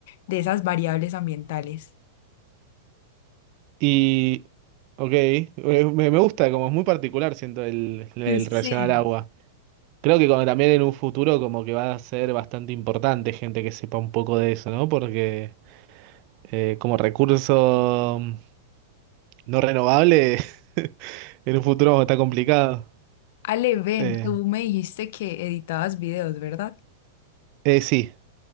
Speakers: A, on the left; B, on the right.
A: de esas variables ambientales.
B: Y, ok, eh, me, me gusta, como es muy particular, siento, el, el
A: Sí.
B: relacionado al agua. Creo que como también en un futuro como que va a ser bastante importante gente que sepa un poco de eso, ¿no? Porque eh, como recurso mm, no renovable, <laughs> en un futuro está complicado.
A: Ale, ven,
B: Eh,
A: tú me dijiste que editabas videos, ¿verdad?
B: eh, sí.